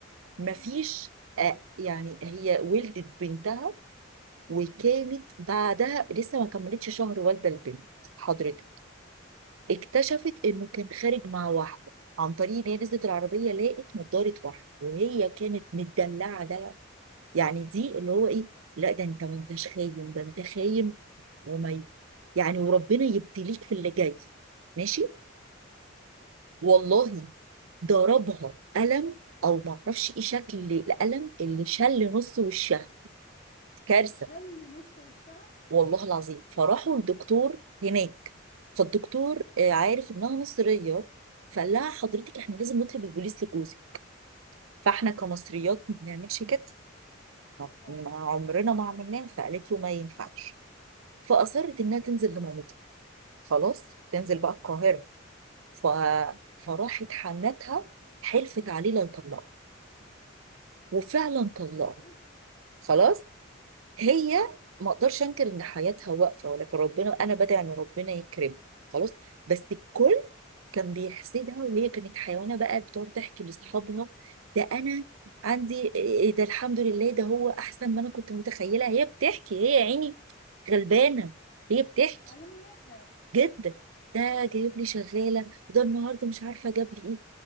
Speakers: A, on the left (about 40°); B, on the right (about 80°).
A: يا
B: مفيش
A: نهار أبيض
B: آه يعني هي ولدت بنتها وكانت بعدها لسه ما كملتش شهر والده البنت حضرتك اكتشفت انه كان خارج مع واحده عن طريق ان هي نزلت العربيه لقت نضاره واحده وهي كانت مدلعه دلع يعني دي اللي هو ايه لا ده انت ما انتش خاين ده انت خاين وما ي- يعني وربنا يبتليك في اللي جاي ماشي
A: ابيض
B: والله ضربها قلم او ما اعرفش ايه شكل القلم اللي شل نص وشها كارثه
A: شل نص وشها
B: والله العظيم فراحوا
A: اوبس
B: الدكتور هناك فالدكتور آه، عارف انها مصريه فقال لها حضرتك احنا لازم نطلب البوليس لجوزي فاحنا كمصريات ما بنعملش كده طب
A: او طبعا
B: ما عمرنا ما عملناه فقالت له ما ينفعش فأصرت إنها تنزل لمامتها خلاص تنزل بقى القاهرة ف... فراحت حنتها حلفت عليه لا يطلقها وفعلا طلقها
A: ده جبروت
B: خلاص هي ما اقدرش انكر ان حياتها واقفه ولكن ربنا انا بدعي ان ربنا يكرمها خلاص بس الكل كان بيحسدها وهي كانت حيوانه بقى بتقعد تحكي لاصحابها ده انا عندي إيه إيه، ده الحمد لله ده هو احسن ما انا كنت متخيله هي بتحكي هي يا عيني غلبانه هي بتحكي
A: على نيابها
B: جدا ده جايب لي شغاله وده النهارده مش عارفه جاب لي ايه